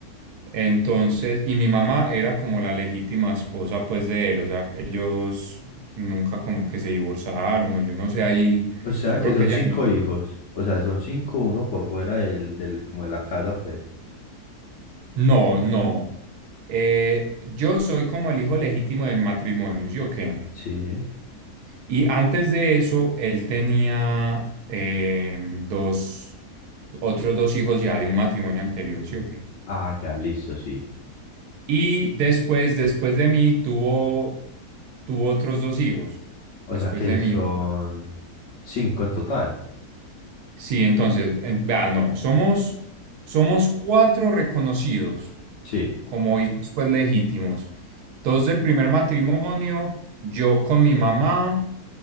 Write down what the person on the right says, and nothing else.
Entonces, y mi mamá era como la legítima esposa pues de él, o sea, ellos nunca como que se divorciaron o yo no sé, ahí
yo
creo
que ella...
No, no. Eh, yo soy como el hijo legítimo del matrimonio, ¿sí o qué?
Y antes de eso, él tenía em, dos, otros dos hijos ya de un matrimonio anterior, ¿sí o qué?
Y después, después de mí, tuvo, tuvo otros dos hijos,
después
de mí.
Sí, entonces, en- vea, no, somos, somos cuatro reconocidos
como hijos pues legítimos. Dos del primer matrimonio, yo con mi mamá